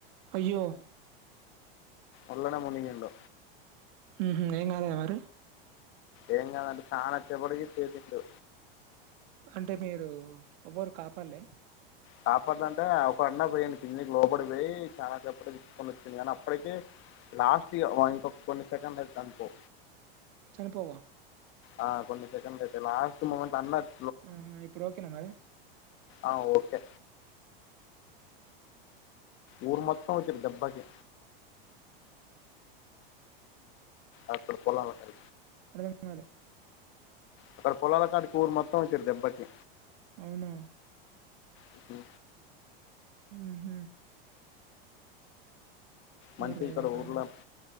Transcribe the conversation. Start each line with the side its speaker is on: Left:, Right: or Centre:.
Right: అయ్యో
Left: ఒళ్ళనే మునిగిండో
Right: ఉహు ఏం కాలే మరి
Left: ఏం గాదు అంట చానచెప్పడికి తేటింటు
Right: అంటే మీరు ఎవ్వరు కాపాలే
Left: కాపట్దంటే ఒక అన్న పోయిడి కిందికి లోపబడి పోయి చాలా సేపటి తీసుకొని వచ్చింది కానీ అప్పటికే లాస్ట్ ఇగ ఇంకొక కొన్ని సెకండ్లు అనుకో
Right: చనిపోవా
Left: ఆ కొన్ని సెకండ్లు అయితే లాస్ట్ ముమెంట్ అన్నట్
Right: ఆహా ఇప్పుడు ఓకేనా మరి
Left: ఆ ఓకే ఊరు మొత్తం వచ్చారు దేబ్బాకి అప్పుడు పోల లకే
Right: అర్ధం కాలే
Left: అక్కడ పొలాల కాడికి ఊరు మొత్తం వచ్చిర్రు దెబ్బకి
Right: అవునా
Left: ఇ
Right: ఉహు
Left: మంచి
Right: అరే
Left: ఇక్కడ
Right: రే
Left: ఊర్లో